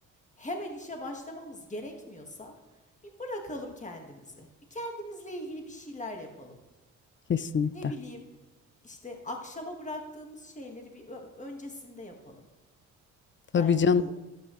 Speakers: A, on the left; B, on the left.
A: hemen işe başlamamız gerekmiyorsa bir bırakalım kendimizi. Bir kendimizle ilgili bir şeyler yapalım.
B: Kesinlikle.
A: Ne bileyim işte akşama bıraktığımız şeyleri bir ö- öncesinde yapalım.
B: Tabii
A: Bence
B: canım.
A: bu